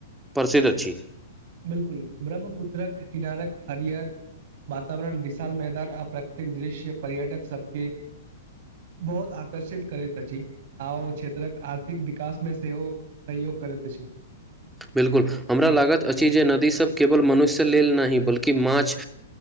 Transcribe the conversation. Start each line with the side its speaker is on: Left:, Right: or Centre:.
Centre: प्रसिद्ध अछि
Right: बिलकुल ब्रह्मपुत्रक किनारक हरियर वातावरण विशाल मैदान आ प्रकृतिक दृश्य पर्यटक सबके बहुत आकर्षित करैत अछि आ ओ क्षेत्रक आर्थिक विकास मे सेहो सहयोग करैत अछि
Centre: बिलकुल हमरा लागत अछि जे नदी सभ केवल मनुष्य लेल नहि बल्कि माछ